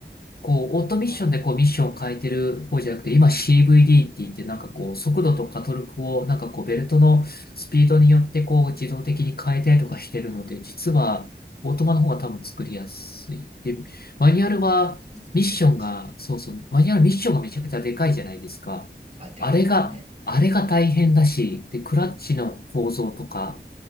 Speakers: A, on the left; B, on the right.
A: こう、オートミッションでこう、
B: ああ、
A: ミッションを変えてる方じゃなくて、今 CVD って言って、なんかこう、速度とかトルクを、なんかこう、ベルトのスピードによってこう、自動的に変えたりとかしてるので、実は、オートマの方が多分作りやすい。で、マニュアルは、
B: 技術の進歩ですね。
A: ミッションが、そうそう、マニュアルミッションがめちゃくちゃでかいじゃないですか。
B: あ、でかいですね。
A: あれが、あれが大変だし、で、クラッチの構造とか、